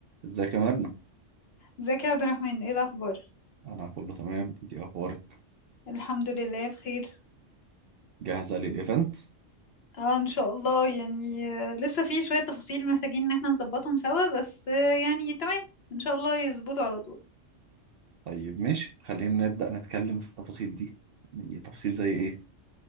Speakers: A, on the right; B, on the left.
A: ازيك يا مرنة؟
B: ازيك يا عبد الرحمن ايه الاخبار
A: أنا كله تمام، أنت إيه أخبارك؟
B: الحمد لله بخير
A: جاهزة للإيفنت؟
B: اه ان شاء الله يعني آه، لسه في شوية تفاصيل محتاجين ان احنا نظبطهم سوا بس آه، يعني تمام ان شاء الله يظبطوا على طول
A: طيب ماشي، خلينا نبدأ نتكلم في التفاصيل دي، يعني تفاصيل زي إيه؟